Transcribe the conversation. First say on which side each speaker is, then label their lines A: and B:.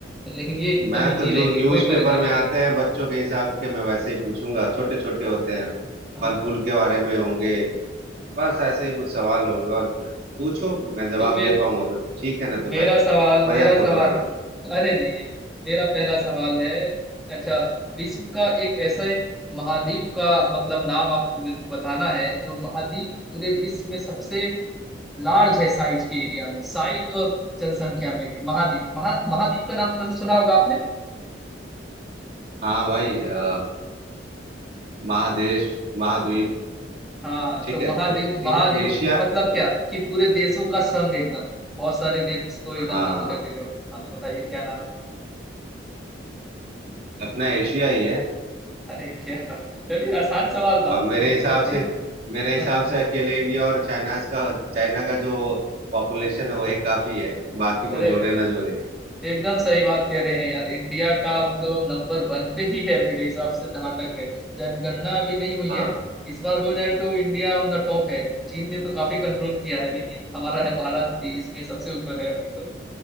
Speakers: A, in the centre; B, on the right.
A: लेकिन ये एकदम
B: मैं
A: इजी
B: तो जो
A: रहेंगे
B: न्यूज़पेपर
A: कोई परेशानी
B: में
A: नहीं
B: आते
A: है
B: हैं बच्चों के हिसाब के मैं वैसे ही पूछूंगा छोटे छोटे होते हैं
A: हाँ
B: फल फूल के बारे में होंगे बस ऐसे ही कुछ सवाल होंगे और क्या पूछो मैं जवाब
A: तो मेरे
B: दे पाऊंगा तो ठीक है ना तो
A: मेरा
B: भाई
A: सवाल
B: मजाक
A: मेरा सवाल
B: मत उड़ाना
A: अरे नहीं ये क्या मेरा पहला सवाल है अच्छा विश्व का एक ऐसे महाद्वीप का मतलब नाम आपको मेरे को बताना है जो महाद्वीप पूरे विश्व में सबसे लार्ज है साइज के एरिया में साइज और जनसंख्या में भी महाद्वीप महा महाद्वीप का नाम तो वैसे सुना होगा आपने
B: हाँ भाई अ, महादेश महाद्वीप
A: हाँ
B: ठीक
A: तो
B: है
A: महाद्वीप
B: तो
A: महाद्वीप
B: ए- एशिया
A: मतलब क्या कि पूरे देशों का संघ एकदम बहुत सारे देश को एकदम
B: हाँ
A: जोड़ करके जो हाँ तो बताइए क्या नाम है
B: अपना एशिया ही है
A: अरे क्या बात है चलिए आसान सवाल था
B: और मेरे
A: कोई दिक्कत
B: हिसाब से
A: नहीं
B: मेरे हिसाब
A: है <laughs>
B: से अकेले इंडिया और चाइना का चाइना का जो पॉपुलेशन है वही काफी है बाकी को
A: अरे
B: जोड़े ना जोड़े
A: एकदम सही बात कह रहे हैं यार इंडिया का मतलब अब नंबर वन पे ही है मेरे हिसाब से जहां तक है जनगणना अभी नहीं हुई
B: हाँ
A: है इस बार हो जाए तो इंडिया ऑन द टॉप है चीन ने तो काफी कंट्रोल किया है लेकिन हमारा है भारत ही इसमें सबसे ऊपर है अभी तो